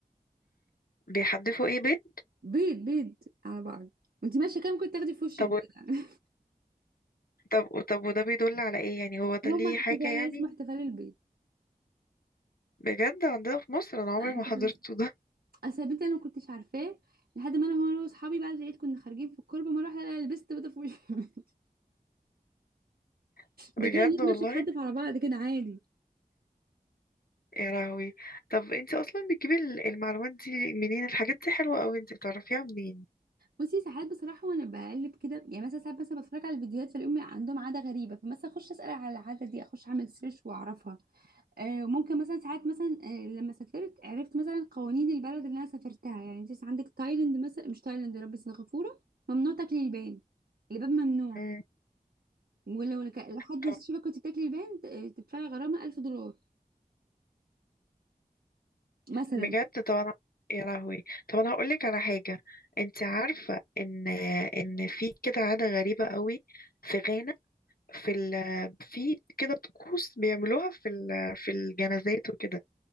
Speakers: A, on the left; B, on the right.
A: بيحدفوا ايه بيت
B: بيض بيض على بعض وانت ماشية كام كنت تاخدي في وشك
A: طب
B: بيض.
A: و- طب طب وده بيدل على ايه يعني هو ده
B: هما
A: ليه
B: احتفال
A: حاجه يعني
B: اسمه احتفال البيض
A: بجد عندنا في مصر انا عمري
B: أنا-
A: ما حضرته ده
B: اصل البيض ده انا ما كنتش عارفاه لحد ما انا وانا واصحابي بعد العيد كنا خارجين في الكوربه ما اروح ألاقي لبست بيضه في وشي <laughs>
A: <laughs>
B: ده
A: بجد
B: كده الناس
A: والله
B: ماشيه تحدف على بعض كده عادي
A: يا لهوي طب انت اصلا بتجيبي ال- المعلومات دي منين الحاجات دي حلوة قوي انت بتعرفيها منين
B: بصي ساعات بصراحه وانا بقلب كده يعني مثلا ساعات مثلا بتفرج على الفيديوهات فاليوم عندهم عاده غريبه فمثلا اخش اسال على العاده دي اخش اعمل سيرش واعرفها آه وممكن مثلا ساعات مثلا آه لما سافرت عرفت مثلا قوانين البلد اللي انا سافرتها يعني انت عندك تايلاند مثلا مش تايلاند يا رب سنغافوره ممنوع تاكلي لبان لبان ممنوع
A: مم.
B: ولو لك- لحد
A: طب
B: الشبكة كنت بتاكلي البان ت- تدفعي غرامة 1000 دولار مثلا
A: بجد طب انا يا لهوي طب انا هقول لك على حاجة انت عارفة ان ان في كده عادة غريبة قوي في غانا في ال... في كده طقوس بيعملوها في ال... في الجنازات وكده